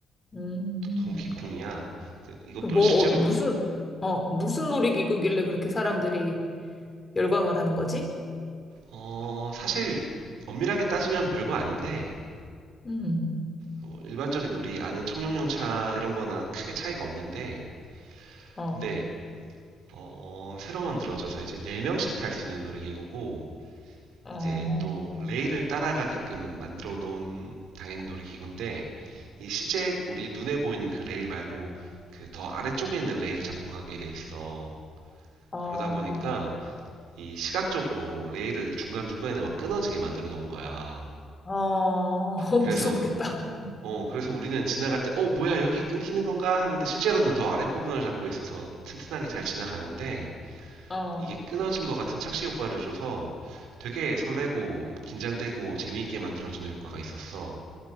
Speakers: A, on the left (about 25°); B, on the right (about 90°).
A: 음,
B: 도- 동키콩이야. 그- 이것도
A: 그 뭐,
B: 실제로
A: 어, 무슨, 어, 무슨 놀이기구길래 그렇게 사람들이 열광을 하는 거지?
B: 어, 사실 엄밀하게 따지면 별거 아닌데
A: 음,
B: 뭐 일반적인 우리 아는 청룡용차 이런 거나 크게 차이가 없는데
A: 어.
B: 근데 어, 새로 만들어져서 이제 4명씩 탈 수 있는 놀이기구고,
A: 어,
B: 이제 또 레일을 따라가게끔 만들어 놓은 당연히 놀이기구인데, 이 실제 우리 눈에 보이는 그 레일 말고 그 더 아래쪽에 있는 레일을 잡고 가게 돼 있어.
A: 어,
B: 그러다 보니까 이 시각적으로 레일을 중간중간에 막 끊어지게 만들어 놓은 거야.
A: 어,
B: 그래서,
A: <laughs> 무섭겠다.
B: 어, 그래서 우리는 지나갈 때, 어, 뭐야, 여기 끊기는 건가? 하는데 실제로는 더 아랫부분을 잡고 있어서 튼튼하게 잘 지나가는데,
A: 어,
B: 이게 끊어진 것 같은 착시 효과를 줘서 되게 설레고 긴장되고 재미있게 만들어주는 효과가 있었어.